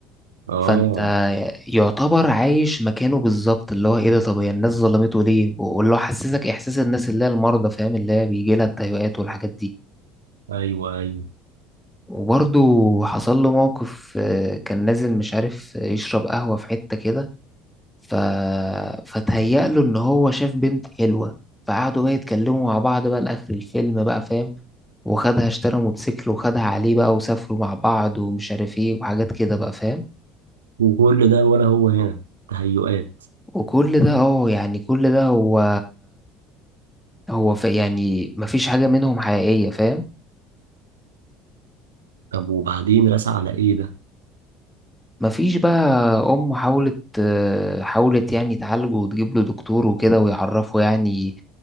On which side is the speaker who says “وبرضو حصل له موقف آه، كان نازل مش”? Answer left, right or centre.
Centre